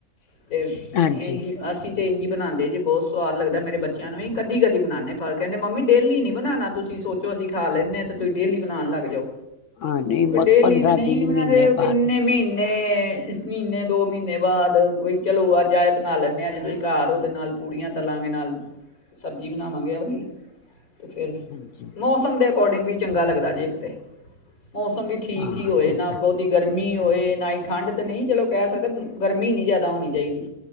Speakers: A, on the left (about 85°); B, on the left (about 65°).
A: ਤੇ
B: ਹਾਂਜੀ
A: ਜੀ ਅਸੀਂ ਅਤੇ ਇੰਝੀ ਬਣਾਉਂਦੇ ਜੇ ਬਹੁਤ ਸਵਾਦ ਲੱਗਦਾ ਮੇਰੇ ਬੱਚਿਆਂ ਨੂੰ ਵੀ ਕਦੀ ਕਦੀ ਬਣਾਉਦੇ ਪਰ ਕਹਿੰਦੇ ਮੰਮੀ ਡੇਲੀ ਨਹੀਂ ਬਣਾਉਣਾ ਤੁਸੀਂ ਸੋਚੋ ਅਸੀਂ ਖਾ ਲੈਂਦੇਾਂ ਤਾਂ ਤੁਸੀਂ ਡੇਲੀ ਬਣਾਉਣ ਲੱਗ ਜਾਓ
B: ਹਾਂ ਨਹੀਂ ਮ
A: ਡੇਲੀ
B: ਪੰਦਰਾਂ
A: ਤਾਂ ਨਹੀਂ
B: ਦਿਨ
A: ਬਣਾਦੇ
B: ਮਹੀਨੇ ਬਾਅਦ
A: ਕਿੰਨੇ ਮਹੀਨੇ ਮਹੀਨੇ ਦੋ ਮਹੀਨੇ ਬਾਅਦ ਚਲੋ ਅੱਜ ਆ ਬਣਾ ਲੈਂਦੇ ਆ ਅੱਜ ਤੁਸੀਂ ਘਰ ਹੋ ਦੇ ਨਾਲ ਪੂੜੀਆਂ ਤਲਾਂਗੇ ਨਾਲ ਸਬਜ਼ੀ ਬਣਾਵਾਂਗੇ ਬਾਈ ਤੇ ਫਿਰ
B: ਹਾਂਜੀ
A: ਮੌਸਮ ਦੇ ਅਕੋਡਿੰਗ ਵੀ ਚੰਗਾ ਲੱਗਦਾ ਜੇ ਕਿਤੇ ਮੌਸਮ ਵੀ ਠੀਕ
B: ਹਾਂ
A: ਹੀ ਹੋਏ
B: ਠੀਕ
A: ਨਾ
B: ਹੈ
A: ਬਹੁਤ ਹੀ ਗਰਮੀ ਹੋ ਨਾ ਹੀ ਠੰਢ ਤਾਂ ਨਹੀਂ ਚਲੋ ਕਹਿ ਸਕਦੇ ਗਰਮੀ ਨਹੀਂ ਜਾਦਾ ਹੋਣੀ ਚਾਹੀਦੀ